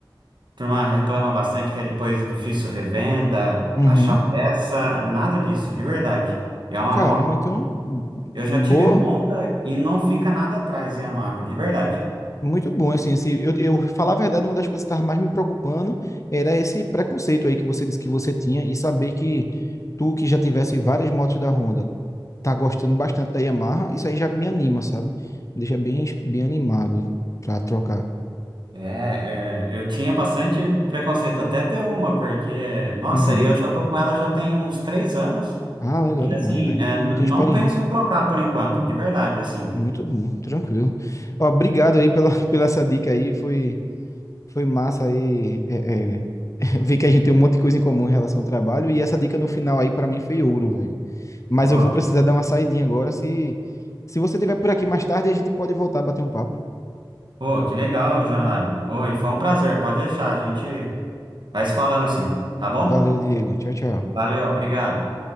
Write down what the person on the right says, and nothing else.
A turma reclama bastante que é depois difícil revenda,
achar peça, nada disso, de verdade. E é uma
moto.
Eu já tive Honda e não fica nada atrás em Yamaha, de verdade.
É, é, eu tinha bastante preconceito até ter uma, porque, nossa,
e eu já tô com ela já tem uns três anos.
E
assim,
é, n-
não
penso em trocar por enquanto, de verdade, assim.
Ô,
que,
ô, que legal, Jonadab. Ô, e foi um prazer, pode deixar, a gente vai se falando assim, tá bom?
Valeu, obrigado.